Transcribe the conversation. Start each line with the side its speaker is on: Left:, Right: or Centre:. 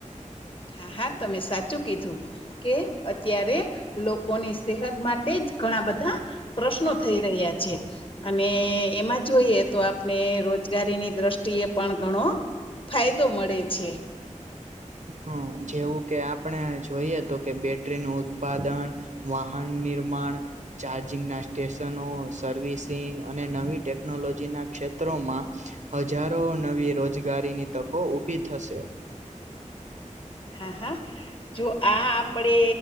Left: હા હા તમે સાચું કીધું, કે અત્યારે લોકોની સેહત માટે જ ઘણા બધા પ્રશ્નો થઈ રહ્યા છે. અને એમાં જોઈએ તો આપણે રોજગારીની દ્રષ્ટિએ પણ ઘણો ફાયદો મળે છે.
Right: હા જેવું કે આપણે જોઈએ તો કે બેટરીનું ઉત્પાદન વાહન નિર્માણ ચાર્જિંગના સ્ટેશનો, સર્વિસિંગ અને નવી ટેકનોલોજીના ક્ષેત્રોમાં હજારો નવી રોજગારીની તકો ઉભી થશે.
Left: હા હા જો આ આપડે